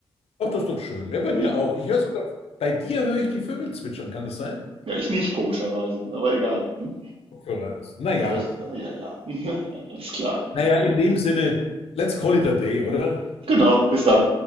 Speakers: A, on the left; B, on the right.
A: Ach, das ist doch schön. Ja, bei mir
B: Hm.
A: auch. Ich höre sogar, bei dir höre ich die Vögel zwitschern, kann das sein?
B: Ja, ich nicht, komischerweise, aber egal. Hm?
A: Kopfhörer hast. Naja.
B: Ja, das, ja, ja, ja. <laughs> Alles klar.
A: Naja, in dem Sinne, let's call it a day, oder?
B: Genau, bis dann.